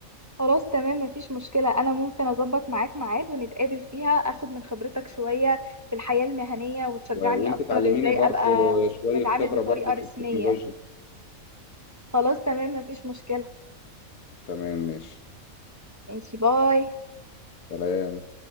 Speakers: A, on the right; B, on the left.
A: خلاص تمام مفيش مشكلة أنا ممكن أظبط معاك ميعاد ونتقابل فيها أخد من خبرتك شوية في الحياة المهنية وتشجعني
B: و... وأنت
A: أكتر
B: تعلميني
A: إزاي
B: برضو
A: أبقى
B: شوية
A: بتعامل
B: خبرة
A: بطريقة
B: برضو
A: رسمية
B: في التكنولوجيا
A: خلاص تمام مفيش مشكلة
B: تمام ماشي
A: ماشي باي
B: سلام